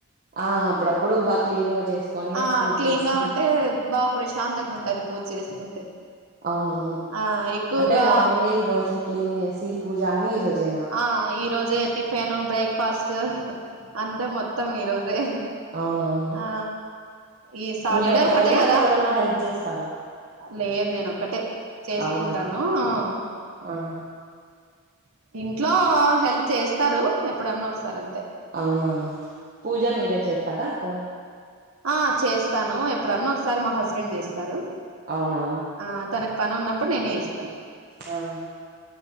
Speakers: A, on the right; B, on the right.
A: ఆ అప్పుడప్పుడు బాగా క్లీన్ గా చేసుకొని
B: ఆ
A: పూజ
B: క్లీన్
A: చేసుకుంట
B: గా ఉంటే బాగా ప్రశాంతంగా ఉంటది పూజ చేసుకుంటే
A: అవునవును
B: ఆ ఎక్కువగా
A: అంటే మార్నింగే ఈ రోజు క్లీన్ చేసి పూజ అన్ని ఈ రోజేనా
B: ఆ ఈ రోజే టిఫిన్ బ్రేక్ఫాస్ట్ త అంతే మొత్తం ఈరోోజే
A: అవునవును
B: ఆ ఈ సాటర్డే
A: మీరు ఒక్కరేనా
B: ఒకటే కదా
A: అక్క ఎవరైనా హెల్ప్ చేస్తారా
B: లేదు నేను ఒక్కటే చేసుకుంటాను
A: అవునా
B: ఆహ్
A: ఆ
B: ఇంట్లో హెల్ప్ చేస్తారు ఎప్పుడన్నా ఒకసారి అం
A: అవునా పూజ మీరే చేస్తారా అక్క
B: ఆ చేస్తాను ఎప్పుడన్న ఒకసారి మా హస్బెండ్ చేస్తారు
A: అవునా
B: ఆ తనకు పని ఉన్నప్పుడు నేనే చెస్
A: ఆ